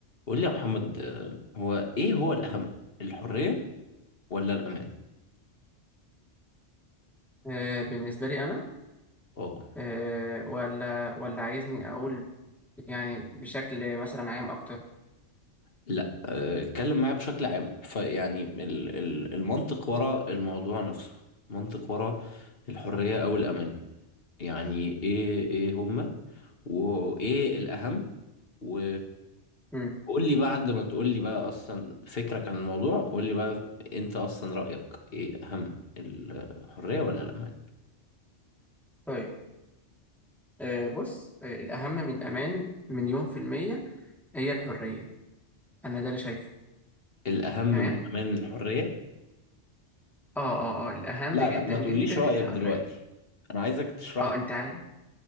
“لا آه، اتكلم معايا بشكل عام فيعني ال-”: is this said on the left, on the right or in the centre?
Left